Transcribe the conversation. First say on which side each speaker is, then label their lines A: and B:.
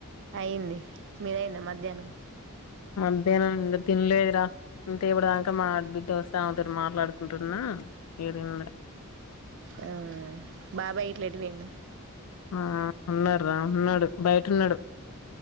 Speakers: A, on the right (about 55°); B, on the left (about 85°).
A: అయింది మీరయింది మధ్యాహ్నం
B: మధ్యాహ్ంం తిలేదరా ఇంతే ఇబడదాక మ బిడ్డ వస్తాముతడు మాట్లాడుతుంటున్నా ఏదైం
A: ఆ బాబా ఇట్లాంటి పోేడి
B: ఆ ఉన్నాార ఉన్నాడు బయట ఉన్నాడు